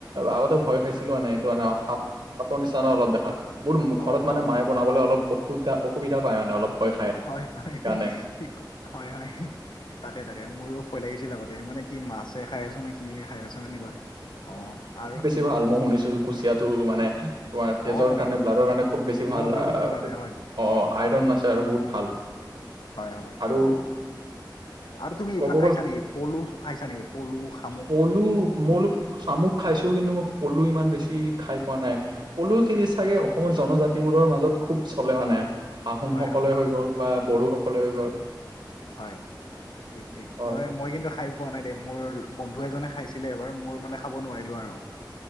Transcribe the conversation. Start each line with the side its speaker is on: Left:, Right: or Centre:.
Right: আগত ভয় খাইছিলো মানে এইটো সাপ সাপৰ নিচিনা ন অলপ দেখাত মোৰ ঘৰত
Left: অ
Right: মানে
Left: অ
Right: মায়ে বনাবলে অলপ অসুভা অসুবিধা পায় মানে অলপ। ভয় খায়
Left: হয়-হয়,
Right: সেইকাৰণে
Left: ঠিক। হয়- হয় তাকে -তাকে মোৰো ভয় লাগিছিল আগতে মানে কি মাছে খাই আছো নে কি খাই আছো এনেকুৱা অ', আৰু।
Right: টি ভাল মই শুনিছো কুচিয়াটো মানে তোমাৰ তেজৰ
Left: অ
Right: কাৰণে ব্লাডৰ কাৰণে খুব বেছি
Left: হিমগ্ল'বিনটো
Right: ভাল আহ
Left: বাঢ়ে
Right: খুব
Left: হয়।
Right: অ', আইৰন আছে আৰু বহুত ভাল।
Left: হয়- হয়
Right: আৰু
Left: অ', আৰু তুমি এইবিলাক
Right: ক'ব
Left: খাইছা
Right: গ'ল
Left: নেকি পলু খাইছা নেকি পলু খা
Right: পলু মই <unintelligible> শামুক খাইছো কিন্তু মই পলু ইমান বেছি খাই পোৱা নাই। পলু খেতি চাগে অসমৰ জনজাতি বোৰৰ মাজত খুব চলে মানে আহোমসকলে
Left: হয় হয়
Right: হৈ গ'ল। বা বড়ো সকলে হৈ গ'ল।
Left: হয়, ঠিক -ঠিক,
Right: হয়
Left: মই -মই কিন্তু খাই পোৱা নাই দেই মোৰ বন্ধু এজনে খাইছিলে এবাৰ মোৰ মানে খাব নোৱাৰিলো আৰু।